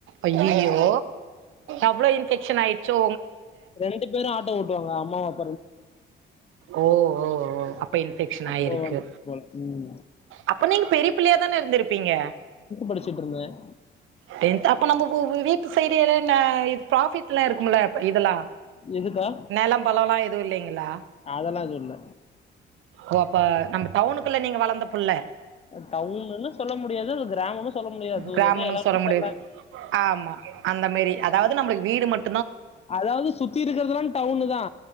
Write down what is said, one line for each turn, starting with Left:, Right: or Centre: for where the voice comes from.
Right: அய்யய்யோ அவ்ளோ இன்ஃபெக்ஷன் ஆயிட்ச்சோ
Left: ரெண்டு பேரு ஆட்டோ ஓட் டுவாங்க அம்மாவும் அப்
Right: ஓ ஓ ஒ அப்ப இன்பெக்ஷன்
Left: அப்போ
Right: ஆயிருக்கு
Left: வந்துச்சு போல. ம்.
Right: அப்ப நீங்க பெரிய பிள்ளையா தானே இருந்திருப் பீங்க
Left: படிச்சுட்டு இருந்தேன்.
Right: டென்த் அப்ப நம்ப உங் வீட்டு சைடு என்ன ஃப்ராபிட்லா இருக்குமுல்ல இதெல்லா
Left: எதுக்கா?
Right: நெலம் பலம்லா இருக் இல்லீங்களா
Left: அதெல்லா எதுவு இல்ல
Right: ஓ அப்ப நம்ப டவுனுக்குள்ள நீங்க வளந்த புள்ள
Left: டவுனுன்னு சொல்ல முடியாது கிராமன்னும் சொல்ல முடியாது இது ஒரு
Right: கிராமம்னு
Left: என்ன எடமு
Right: சொல்ல முடியாது
Left: தெற்ல
Right: ஆமா அந்த மாரி அதாவது நம்மளுக்கு வீடு மட்டு
Left: அதாவது சுத்தி இருக்றதுலா டவுனுதா